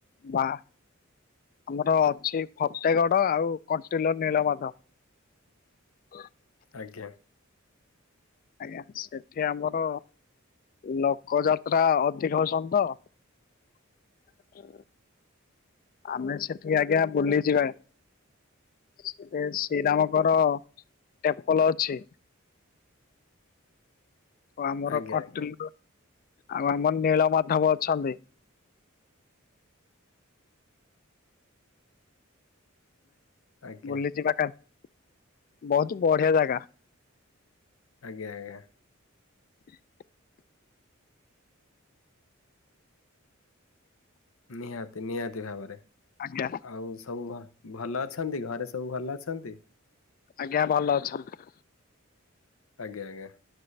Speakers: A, on the left (about 45°); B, on the left (about 75°).
A: ବାହା ଆମର ଅଛି ଫତେଗଡ ଆଉ କଣ୍ଟିଲୋ ନୀଳମାଧବ।
B: ଆଜ୍ଞା।
A: ଆଜ୍ଞା ସେଠି ଆମର ଲୋକ ଯାତ୍ରା ଅଧିକ ହଉଚନ୍ତି ତ। ଆମେ ସେଠିକି ଆଜ୍ଞା ବୁଲି ଯିବା। ସେ ଶ୍ରୀରାମଙ୍କର ଟେମ୍ପଲ ଅଛି। ଆମର
B: ଆଜ୍ଞା
A: କଟିଲର
B: ଆଜ୍ଞା
A: ଆଉ ଆମର ନୀଳ ମାଧବ ଅଛନ୍ତି।
B: ଆଜ୍ଞା
A: ବୁଲିଯିବା <unintelligible> ବହୁତ ବଢିଆ ଜାଗା।
B: ଆଜ୍ଞା ଆଜ୍ଞା।
A: <inaudible>
B: ନିହାତି ନିହାତି ଭାବରେ
A: ଆଜ୍ଞା
B: ଆଉ ସବୁ ଭ ଭଲ ଅଛନ୍ତି, ଘରେ ସବୁ ଭଲ ଅଛନ୍ତି।
A: ଆଜ୍ଞା ଭଲ ଅଛନ୍ତି।
B: ଆଜ୍ଞା ଆଜ୍ଞା।